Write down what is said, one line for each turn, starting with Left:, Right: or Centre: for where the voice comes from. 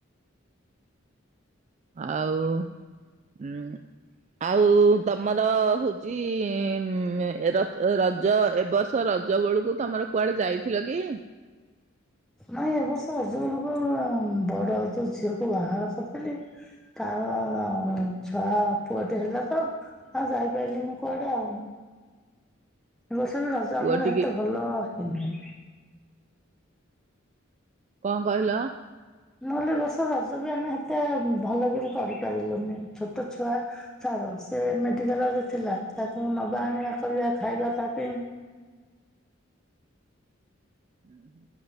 Right: ଆଉ ଉଁ। ଆଉ ତମର ହଉଚି ଉଁ ରଜ ଏବର୍ ରଜ ବେଳକୁ ତମର କୁଆଡ଼େ ଯାଇଥିଲ କି?
Centre: ନାଇଁ ଏ ବର୍ଷ ରଜ ବେଳକୁ ବଡ଼ ଯୋଉ ଝିଅକୁ ବାହାଘର କରିଥିଲି ତାର ଛୁଆ ପୁଅଟେ ହେଲା ତ ନାଁ ଯାଇ ପାରିଲିନି କୁଆଡ଼େ ଆଉ। ଏଇସନ ରଜ
Right: ପୁଅ
Centre: ଆମର
Right: ଟିକି
Centre: ହେତେ ଭଲ ହେଇନି।
Right: କଣ କହିଲ?
Centre: ମୁଁ କହିଲି ଏ ବର୍ଷ ରଜ ବି ଆମେ ହେତେ ଭଲକିରି କରିପାରିଲୁନି ଛୋଟ ଛୁଆ। ଛାଡ଼ ସେ ମେଡିକାଲ ରେ ଥିଲା ତାକୁ ନବା ଆଣିବା କରିବା ଖାଇବା ତା ପେଇଁ
Right: ଉୁଁ